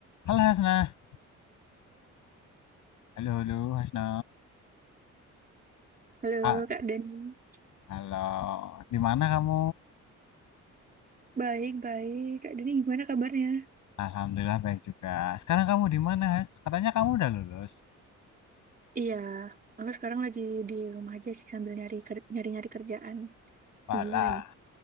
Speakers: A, on the left (about 80°); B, on the right (about 30°).
A: Halo Hasna. Halo, halo Hasna.
B: Halo
A: Ah,
B: Kak Dani,
A: halo. Di mana kamu?
B: baik-baik. Kak Dani gimana kabarnya?
A: Alhamdulillah baik juga. Sekarang kamu di mana, Has? Katanya kamu udah lulus.
B: Iya, aku sekarang lagi di rumah aja sih sambil nyari ker- nyari-nyari kerjaan.
A: Walah,
B: Gimana nih?